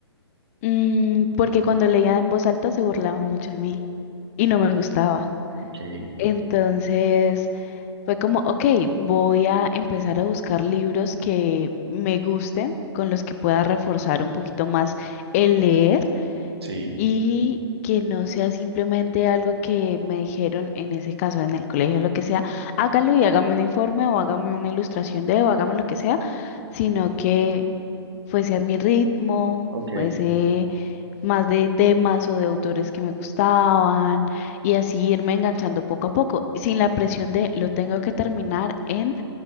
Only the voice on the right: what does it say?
okay
sí,
ok.